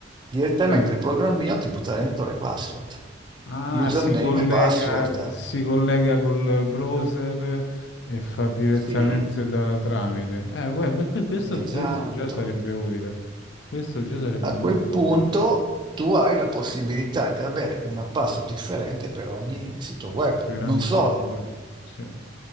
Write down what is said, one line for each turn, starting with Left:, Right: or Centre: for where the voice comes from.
Right: direttamente
Left: sì.
Right: il programmino ti butta dentro le password,
Left: Ah,
Right: username
Left: si collega,
Right: e password.
Left: si collega col browser e fa direttamente
Right: Sì,
Left: da tramite. Eh, uè, que- que- questo,
Right: esatto.
Left: questo già sarebbe utile. Questo già sarebbe
Right: A
Left: molto
Right: quel punto
Left: utile
Right: tu hai la possibilità di avere una password differente per ogni sito web.
Left: per ogni
Right: Non solo,
Left: situazione. Sì,